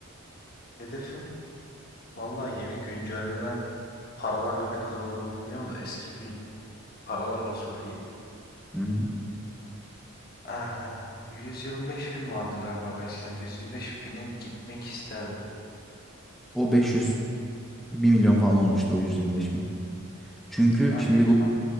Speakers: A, on the left; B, in the centre.
A: Hedefim vallahi yeni güncellenen paralarla ne kadar olduğunu bilmiyorum da eski gün paralarla söyleyeyim.
B: Hı hı.
A: Aa, 125 bin vardı galiba eskiden. 125 bine gitmek isterdim.
B: O 500 Bir milyon falan olmuştur o 125 bin. Çünkü
A: En
B: şimdi
A: büyük ihtimal.
B: bu